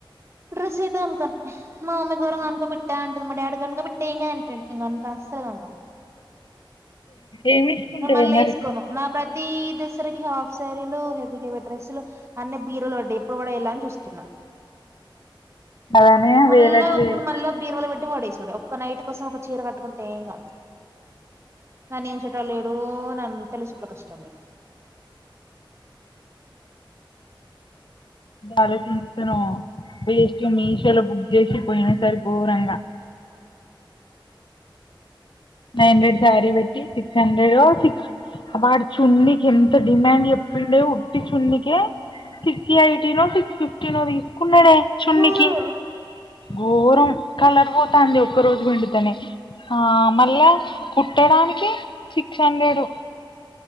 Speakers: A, on the right; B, on the left.
A: రసీతామ్ కర్త్ <unintelligible> మా అమ్మ గురక ను పెట్టా అంటాది. మా డాడి గురక పెట్టేయి ఏం కాదు అంటాడు. నాకు అసలు కాదు
B: ఏమి వేసుకుంటావే
A: నేను మళ్ళీ
B: మరి
A: వేసుకోను. నా కైతీ ఈ దసరా కి హాఫ్ శారీలు, హెవీ హెవీ డ్రెస్సులు. అన్నీ బీరువాలోంటాయి ఎప్పుడు పడేయాల అని జూస్తున్నా.
B: అలానే
A: మళ్ళా
B: వేలట్లేదు
A: కొనుక్కొని మళ్ళా బీరువాలో పెట్టి పడేసుడే. ఒక్క నైట్ కోసం ఒక చీర కట్టుకుంటే ఏం కాదు. పని చేసెట్టోల్లు లేడు నా అంతా లిస్ట్ లోకి వస్తాండారు.
B: అలోచించా నో వేస్ట్ మీషో లో బుక్ జేసి పోయిన సారి ఘోరంగా. నైహండ్రెడ్ శారీ బెట్టి సిక్స్ హండ్రెడో సిక్స్ అబ్బా చున్నీకి ఎంత డిమాండ్ చెప్పిండే ఉట్టి చున్నికే. సిక్స్ ఏయిటీ నో సిక్స్ ఫిఫ్టీ నో తీసుకున్నాడే చున్నీ
A: లేడు
B: కి ఘోరం కలర్ పోతాంది ఒక్క రోజు పిండుతానే ఆ మళ్ళా కుట్టడానికి సిక్స్ హండ్రెడ్